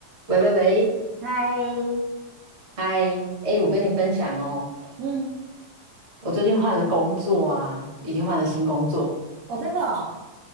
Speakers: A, on the right; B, on the right.
A: 喂喂喂，
B: 嗨，
A: 嗨，哎，我跟你分享哦，
B: 嗯，
A: 我最近换了工作啊，已经换了新工作。
B: 哦，真的哦，